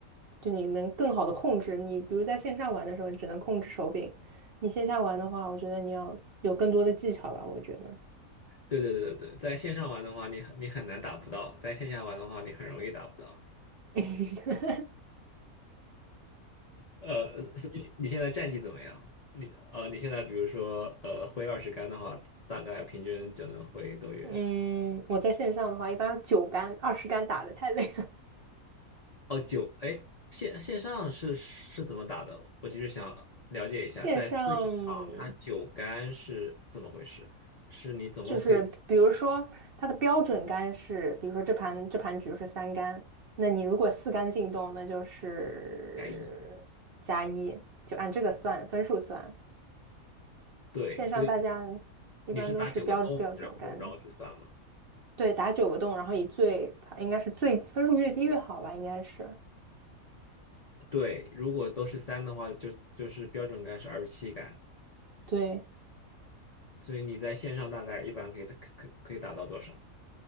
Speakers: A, on the right; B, on the left.
A: 就你能更好的控制。你比如在线上玩的时候，你只能控制手柄；你线下玩的话，我觉得你要有更多的技巧吧，我觉得。
B: 对对对对对，在线上玩的话，你很你很难打不到；在线下玩的话，你很容易打不到。
A: <laughs>
B: 呃，所以你现在战绩怎么样？你呃，你现在比如说呃挥二十杆的话，大概平均就能挥多远？
A: 嗯，我在线上的话，一般九杆、二十杆打的太累了。
B: 哦，九，哎，线线上是是怎么打的？我其实想了解一下，
A: <laughs>
B: 在
A: 线上
B: Switch 上它九杆是怎么回事？是你总共可以
A: 就是比如说它的标准杆是，比如说这盘这盘局是三杆，那你如果四杆进洞，那就是加一，
B: 加一，
A: 就按这个算分数算。
B: 对，
A: 线上大家
B: 所以
A: 一般都是标标准杆，
B: 你是打九个洞，然后然后去算嘛？
A: 对，打九个洞，然后以最应该是最分数越低越好吧，应该是
B: 对，如果都是三的话，就就是标准杆是二十七杆，
A: 对。
B: 所以你在线上大概一般可以可可可以打到多少？